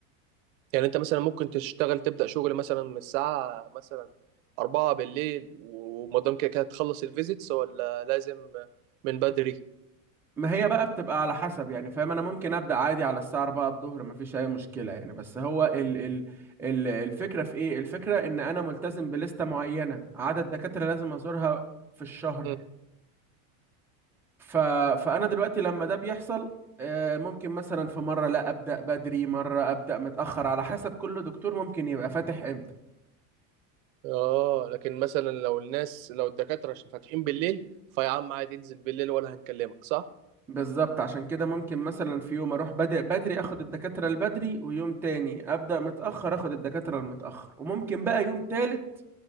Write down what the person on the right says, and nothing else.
يعني انت مثلا ممكن تشتغل تبدأ شغل مثلا من الساعة مثلا أربعة بالليل ومدام كده كده تخلص الفيزيتس ولا لازم من بدري
مم.
اه لكن مثلا لو الناس لو الدكاترة عشان فاتحين بالليل فيا عم عادي انزل بالليل ولا هنكلمك صح؟